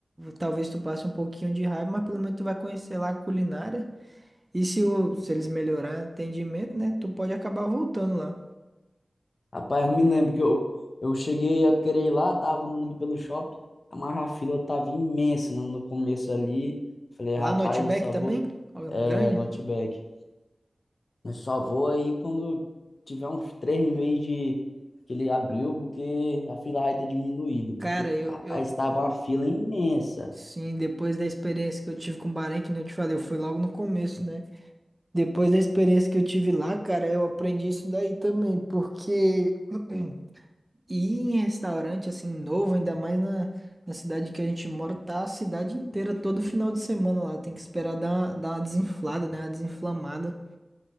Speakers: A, on the right (about 25°); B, on the left (about 65°).
A: Talvez tu passe um pouquinho de raiva, mas pelo menos tu vai conhecer lá a culinária. E se, o, se eles melhorarem o atendimento, né? Tu pode acabar voltando lá.
B: rapaz, eu me lembro que eu, eu cheguei a querer ir lá, tava andando ali pelo shopping, mas a fila tava imensa no, no começo ali. Falei,
A: Lá
B: rapaz,
A: no Outback
B: eu só
A: também?
B: vou,
A: Olha,
B: é,
A: grande.
B: Outback. Eu só vou aí quando tiver uns três meses de que ele abriu, porque a fila vai ter diminuído,
A: Cara,
B: porque,
A: eu,
B: rapaz,
A: eu
B: tava uma fila imensa.
A: sim, depois da experiência que eu tive com o Bahrein, que nem eu te falei, eu fui logo no começo, né? Depois da experiência que eu tive lá, cara, eu aprendi isso daí também, porque. <clears throat> E em restaurante assim novo, ainda mais na, na cidade que a gente mora, tá a cidade inteira todo final de semana lá. Tem que esperar dar uma, dar uma desinflada, né? Uma desinflamada.